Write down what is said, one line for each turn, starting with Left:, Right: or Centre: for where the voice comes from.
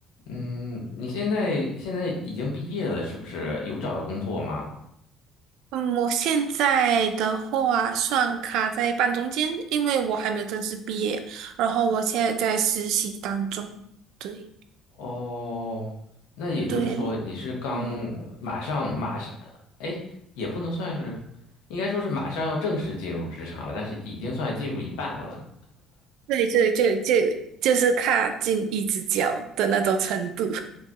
Left: 嗯，你现在现在已经毕业了，是不是？有找到工作吗？
Right: 嗯，我现在的话算卡在半中间，因为我还没有正式毕业，然后我现在在实习当中。对
Left: 哦，那也就是说你是刚
Right: 对，嗯，
Left: 马上马上，哎，也不能算是，应该说是马上要正式进入职场了，但是已经算进入一半了。
Right: 对对对对，就是卡进一只脚的那种程度。